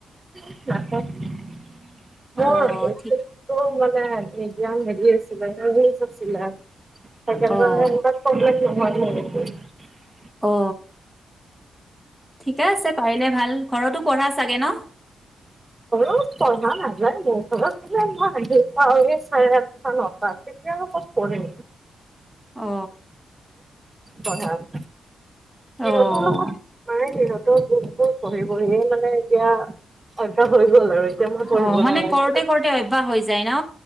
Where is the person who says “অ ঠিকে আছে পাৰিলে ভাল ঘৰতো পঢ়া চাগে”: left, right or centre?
Centre